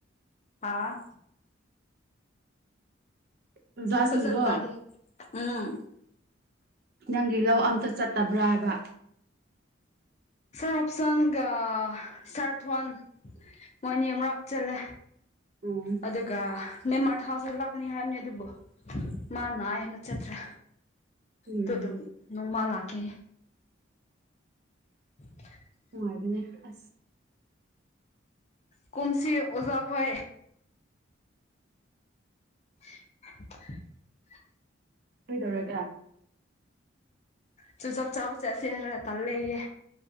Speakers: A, on the left; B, on the right.
A: ꯍꯥ
B: ꯑꯣꯖꯥꯁꯤꯡꯗꯣ
A: ꯐꯖꯅ ꯇꯥꯗꯦ ꯎꯝ
B: ꯅꯪꯒꯤ ꯂꯧ ꯑꯝꯇ ꯆꯠꯇꯕ꯭ꯔꯥ ꯍꯥꯏꯕ
A: ꯁꯔ ꯑꯣꯞꯁꯟꯒ ꯁꯔ ꯊ꯭ꯋꯥꯟ ꯃꯣꯏꯅꯤ ꯑꯝꯔꯛ ꯆꯠꯂꯦ
B: <unintelligible>
A: ꯑꯗꯨꯒ ꯅꯦꯝꯃꯥꯔ ꯊꯥꯎꯁꯨ ꯂꯥꯛꯀꯅꯤ ꯍꯥꯏꯕꯅꯤ ꯑꯗꯨꯕꯨ ꯃꯥ ꯅꯥꯏꯌꯦꯅ ꯆꯠꯇ꯭ꯔꯦ
B: ꯎꯝ
A: ꯇ ꯑꯗꯨꯝ ꯅꯣꯡꯃ ꯂꯥꯛꯀꯦ <unintelligible>
B: ꯅꯨꯡꯉꯥꯏꯕꯅꯤ ꯑꯁ
A: ꯀꯨꯝꯁꯤ ꯑꯣꯖꯥ ꯈꯣꯏ <unintelligible>
B: ꯀꯩꯗꯧꯔꯒꯦ
A: ꯆꯨꯖꯥꯛ ꯆꯥꯕ ꯆꯠꯁꯦ ꯍꯥꯏꯔꯒ ꯇꯜꯂꯦꯌꯦ